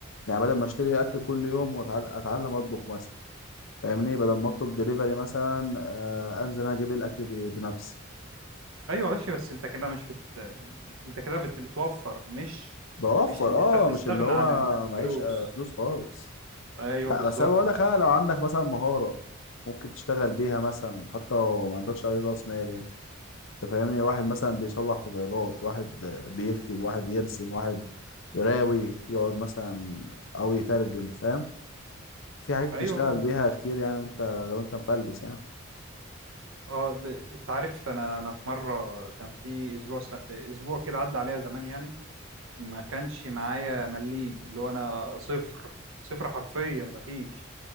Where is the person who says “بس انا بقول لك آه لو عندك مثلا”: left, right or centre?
Left